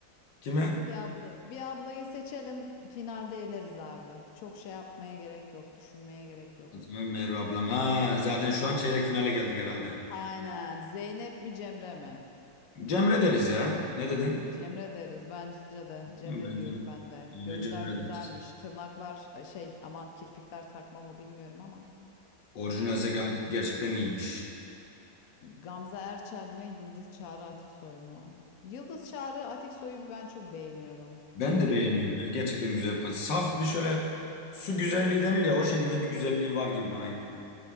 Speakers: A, on the left (about 85°); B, on the left (about 60°).
A: Kime?
B: Bir ablayı, bir ablayı seçelim. Finalde eleriz abi. Çok şey yapmaya gerek yok. Düşünmeye gerek yok.
A: O zaman Merve ablam. Ha, zaten şu an çeyrek finale geldik herhalde.
B: Aynen. Zeynep mi Cemre mi?
A: Cemre deriz ya. Ne dedin?
B: Cemre deriz bence de.
A: Hı,
B: Cemre
A: Bence,
B: diyorum ben de.
A: bence
B: Gözler
A: Cemre
B: güzelmiş.
A: deriz.
B: Tırnaklar e, şey aman kirpikler takma mı bilmiyorum ama.
A: Orijinalse ger- gerçekten iyiymiş.
B: Gamze Erçel mi? Yıldız Çağrı Atiksoy mu? Yıldız Çağrı Atiksoy'u ben çok beğeniyorum.
A: Ben
B: Bilmiyorum.
A: de beğeniyorum ya. Gerçekten güzel bir kadın. Saf bir şöyle su güzelliği denir ya o şekilde bir güzelliği var gibi
B: Aynen.
A: bana geliyor.